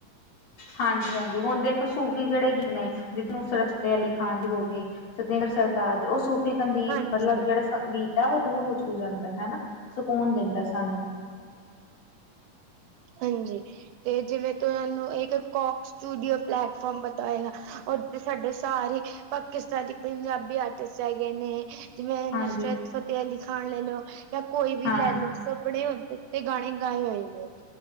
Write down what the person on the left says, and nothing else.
ਹਾਂਜੀ-ਹਾਂਜੀ ਹੁਣ ਦੇਖੋ ਸੂਫ਼ੀ ਜੇੜੇ ਗੀਤ ਨੇ ਜਿਨੂੰ ਨੁਸਰਤ ਫਤਿਹ ਅਲੀ ਖਾਨ ਜੀ ਹੋ ਗੇ ਸਤਿੰਦਰ ਸਰਤਾਜ ਓ ਸੂ ਦੀ
ਮਤਲਬ ਜੇੜਾ ਸੰਗੀਤ ਐ ਓ ਰੂਹ ਨੂੰ ਛੂ ਜਾਂਦੈ ਹੈਨਾ, ਸਕੂਨ ਦਿੰਦੈ ਸਾਨੂੰ।
ਹਾਂਜੀ
ਹਾਂ।